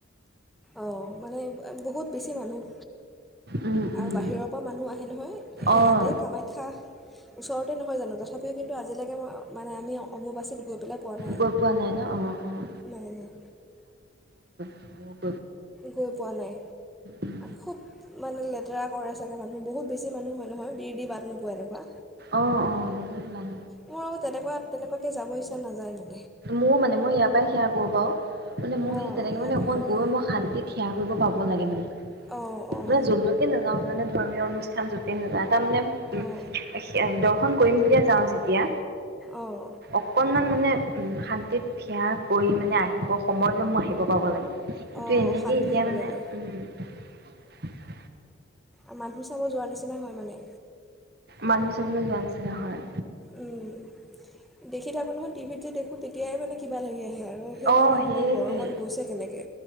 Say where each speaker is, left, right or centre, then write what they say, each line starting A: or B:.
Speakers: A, in the centre; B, on the right.
A: অ'! মানে, বহুত বেছি মানুহ
B: উম উম
A: আৰু বাহিৰৰ পৰা মানুহ আহে নহয়।
B: অঁ
A: ইয়াতে কামাখ্যা ওছৰত। তে নহয় জানো তথাপিও কিন্তু আজিলৈকে মই মানে আমি অম্বুবাচীৰ গৈ পেলাই পোৱা নাই।
B: গৈ পোৱা নাই ন অঁ অঁ
A: নাই নাই।
B: অঁ!
A: গৈ পোৱা নাই
B: উম
A: খুব। মানে লেতেৰা কৰে চাগে মানুহ বহুত বেছি মানুহ হয় নহয়। বিৰ দি বাট নোপোৱা এনেকুৱা
B: অঁ অঁ বহু যাম
A: মোৰ আকৌ তেনেকুৱা তেনেকুৱাকৈ যাব ইচ্ছা নাযায় ম-
B: মোৰও মানে মই ইয়াৰ পৰাই সেৱা কৰো বাৰু। মানে মোৰ
A: অঁ
B: সেই তেনেকে
A: ইয়াৰ
B: মানে
A: পৰা
B: অকণমান
A: সেৱা কৰিম
B: গৈ মই শান্তিত সেৱা কৰিব পাব লাগে। মানে
A: অঁ অঁ
B: মানে যলৈকে নাযাওঁ মানে ধৰ্মীয় অনুষ্ঠান।। যতে নাজাঁও তাৰমানে উ
A: অঁ
B: দৰ্শন কৰিম দে যাওঁ যেতিয়া।
A: অঁ
B: অকনমান। মানে। শান্তিত থিয়া কৰি মানে আহিব সময় জন্মু আহিব পাব লাগে কিন্তু
A: অঁ
B: এনেকে
A: অশান্তি
B: এতিয়া
A: হ'ব
B: মানে
A: লাগে
B: উম
A: আমাৰ সো চাব যোৱাৰ নিচিনা হয় মানে।
B: মানুহ চাবলৈ যোৱা নিচিনা হয়।
A: উম, দেখি থাকো নহয় টিভিত যে দেখো তেতিয়াই মানে কিবা লাগে। সে আৰু সেইবিলাক
B: অ'
A: মানুহ
B: সেইটোৱে
A: ইমান গৰমত গৈছে কেনেকে।